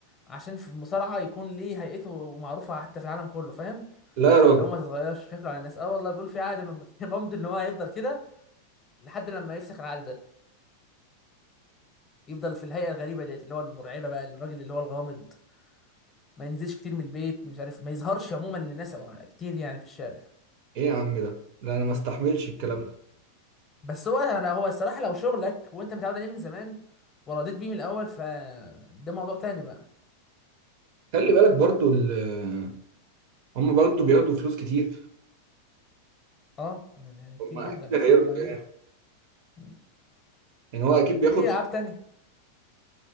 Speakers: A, on the left (about 25°); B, on the right (about 45°).
A: عشان في المصارعه يكون ليه هيئته معروفه حتى في العالم كله فاهم
B: لا يا راجل
A: اللي هو ما تتغيرش شكله على الناس اه والله بيقول في عقد مم- <laughs> ممضي ان هو هيفضل كده لحد لما يفسخ العقد ده يفضل في الهيئه الغريبه ديت اللي هو المرعبه بقى الراجل اللي هو الغامض ما ينزلش كتير من البيت مش عارف ما يظهرش عموما للناس أو كتير يعني في الشارع
B: ايه يا عم ده لا انا ما استحملش الكلام
A: م.
B: ده
A: بس هو انا هو الصراحه لو شغلك وانت متعود عليه من زمان ورضيت بيه من الاول فده موضوع تاني بقى
B: خلي بالك برضو ال- هم برضو بياخدوا فلوس كتير
A: اه يعني كتير
B: ما
A: جدا
B: اكيد
A: ما شاء
B: هيرضى
A: الله يعني
B: يعني
A: مم.
B: يعني هو اكيد بياخد
A: في العاب تانية